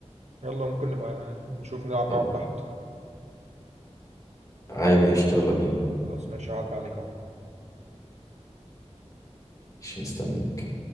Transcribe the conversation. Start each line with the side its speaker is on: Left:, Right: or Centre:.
Right: يلا ممكن نبقى نشوف نلعب معاهم
Left: آه،
Right: تحت
Left: عادي قشطة يلا بينا
Right: خلاص ماشي عدى عليك اهو
Left: مش مستنيك